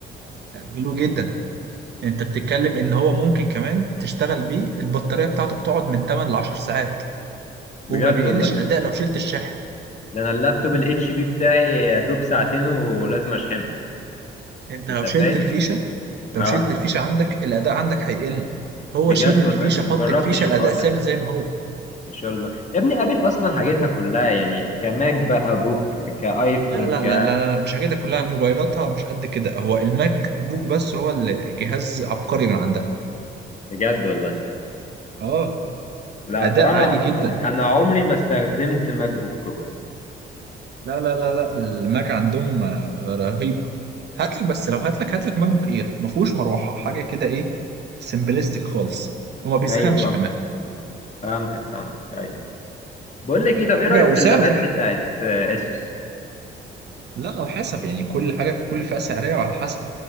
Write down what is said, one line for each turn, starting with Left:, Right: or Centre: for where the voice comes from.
Right: حلو جدا انت بتتكلم ان هو ممكن كمان تشتغل بيه البطاريه بتاعته بتقعد من 8 ل 10 ساعات
Left: بجد
Right: وما بيقلش
Left: والله
Right: الاداء لو شلت الشاحن
Left: ده انا اللابتوب الاتش بي بتاعي يا دوب ساعتين ولازم اشحنه
Right: انت
Left: انت
Right: لو شلت
Left: فاهم
Right: الفيشه
Left: اه
Right: لو شلت الفيشه عندك الاداء عندك هيقل هو
Left: بجد
Right: شيل الفيشه
Left: والله مجربتش
Right: حط الفيشه الاداء
Left: الحوار
Right: ثابت
Left: ده
Right: زي ما هو
Left: ما شاء الله يا ابني ابل اصلا حاجتها كلها يعني كماك بقى بوك كايفون
Right: لا لا
Left: ك
Right: لا لا لا، مش حاجاتها كلها موبايلاتها مش قد كده هو الماك بوك بس هو الجهاز عبقري من عندها
Left: بجد والله
Right: اه
Left: لا
Right: اداء
Left: بصراحه
Right: عالي
Left: انا
Right: جدا
Left: انا أنا عمري ما استخدمت ماك بوك برو
Right: لا لا لا لا الماك عندهم آه، رهيب هاتلك بس لو هاتلك هاتلك ماك بوك اير ما فيهوش مروحه حاجه كده ايه سمبلستيك خالص وما بيسخنش
Left: ايوه فهمت
Right: كمان
Left: فهمتك فهمتك ايوه بقول لك ايه طب ايه
Right: رجع
Left: رايك
Right: وسعره
Left: في اللابات
Right: في الحق
Left: بتاعت آه، اسوس
Right: لا على حسب يعني كل حاجه في كل فئه سعريه وعلى حسب